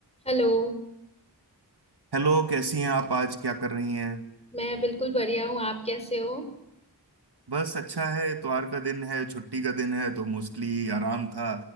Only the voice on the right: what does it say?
Hello कैसी हैं आप आज क्या कर रही हैं
बस अच्छा है इतवार का दिन है छुट्टी का दिन है तो मोस्टली आराम था